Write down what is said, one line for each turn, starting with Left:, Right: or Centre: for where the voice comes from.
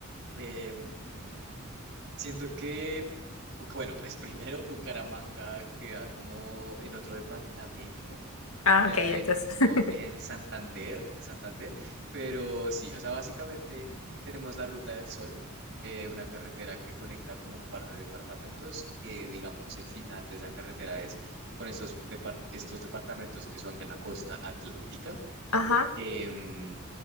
Right: em, Siento que, bu- bueno, pues <laughs> primero Bucaramanga queda como en otro departamento,
Left: Ah,
Right: queda
Left: ok, entonces.
Right: en, no,
Left: <laughs>
Right: en Santander, en Santander, pero sí, o sea, básicamente tenemos la Ruta del Sol, eh, una carretera que conecta como un par de departamentos, que digamos el final de esa carretera es con estos, depar- estos departamentos que son de la costa atlántica.
Left: Ajá.
Right: em,